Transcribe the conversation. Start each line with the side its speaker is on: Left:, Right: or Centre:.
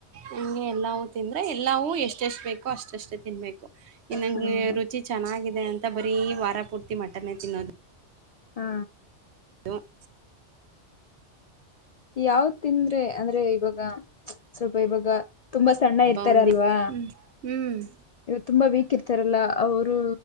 Right: ಹಗೆ ಎಲ್ಲೂ ತಿಂದ್ರೆ ಎಲ್ಲೂ- ಎ ಎಷ್ಟ ಎಷ್ಟ ಬೇಕು ಅಷ್ಟಷ್ಟೇ ತಿನ್ಬೇಕು ಇನ್ನಂಗ
Left: ಹ್ಮ್
Right: ರುಚಿ ಚೆನ್ನ. ಅಂತ ಬರೀ ವಾರ ಪೂರ್ತಿ ಮಟನೇ ತಿನ್ನೋದು.
Left: ಹಾ
Right: ಇದುದು
Left: ಯಾವ ತಿಂದ್ರೆ ಅಂದ್ರೆ ಇವಾಗ. ಸ್ವಲ್ಪ ಇವಾಗ ತುಂಬಾ ಸಣ್ಣ
Right: ಹಬ್ಬ
Left: ಇರ್ತಾರ
Right: ಒಂದ
Left: ಅಲ್ವಾ
Right: ಹ್ಮ್ ಹ್ಮ್
Left: ಇವತ್ತು ತುಂಬಾ ವೀಕ್ ಇರ್ತಾರಲ್ಲ ಅವರು